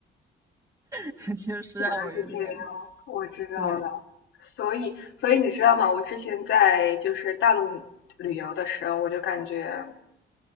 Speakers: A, on the right; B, on the left.
A: <laughs> 就是让我有点
B: 原来是这样，我知道了。
A: 对，
B: 所以，所以你知道吗？我之前在就是大陆旅游的时候，我就感觉